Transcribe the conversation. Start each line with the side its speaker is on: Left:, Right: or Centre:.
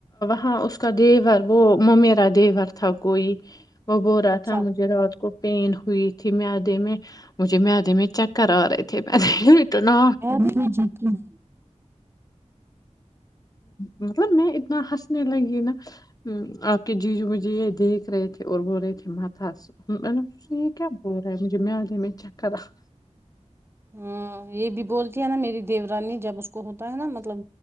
Left: ہاں اس کا دیور وہ م میرا دیور تھا کوئی وہ بو رہا
Right: اچھا
Left: تھا مجھے رات کو پین ہوئی تھی مدے میں مجھے مدے میں چکر آ رہے تھے مٹنا
Right: قید ہو جک <unintelligible> ہوں
Left: مطلب میں اتنا ہنسنے لگی نا آپ کے جی جو میںجھے یہ دیکھ رہے تھے اور بول رہے تھے ماتا ہس یہ کیا بول رہا ہے مجھے میں <unintelligible>
Right: ہاں یہ بھی بولتی ہے نا میری دیورانی جب اس کو ہوتا ہے نا مطلب